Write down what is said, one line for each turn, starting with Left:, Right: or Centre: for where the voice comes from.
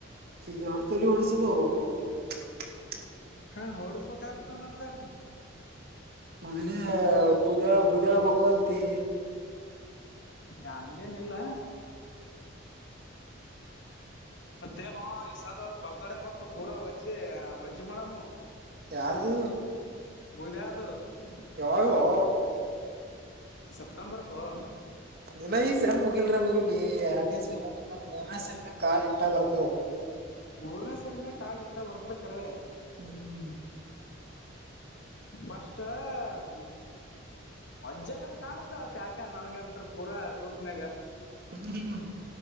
Right: <unintelligible> ತಲಿ ಹೊಡ್ಸಿದ್ಯೋ <unintelligible>
Left: ಹಾ ಹೊಡಸ್ಬೇಕ ಆಗ್ತದ ಮತೆ
Right: ಮೊದ್ಲೇ ಬುುದ್ಯ ಬುುದ್ಯ ಹೋಗುವಂತಿ.
Left: ಹಂಗೇನಿಲ್ಲ ಮತ್ತೇನು ಈಸಾದವ್ರ ಬರ್ತಡೇ ಬತ್ ಪೂರಾ ವಜ್ಜಿ ವಜ್ಜ ಮಾಡಮ್ಮು
Right: ಯರ್ದು <unintelligible>
Left: <unintelligible>
Right: ಯಾವಾಗೋ
Left: ಸೆಪ್ಟೆಂಬರ್ ಕ
Right: ಇನ ಈ ಸ ಮುಗಿಲ್ರ ಮುಗಿಲ್ ಎರಡ್ನೇಸ ಮುಗಲ್ ಮೂರ್ನೇ ಸಲ್ ಕಾಲ್ ಇಟ್ಟ ಬರ್ತವ
Left: ಮೂರನ್ನ ಸಣನೆ ಕಾಲಿಟ್ಟ ಹೊರ್ತಕ್ರ
Right: ಹ್ಮ
Left: ಪಷ್ಟಟಾ ಅಂ <unintelligible> ಕಾಣತ್ ಅವತ್ ಯಾಕ ನನ್ಗಂತ ಪೂರಾ ಗ್ರೂಪ್ನಗ
Right: ಹ್ಮ್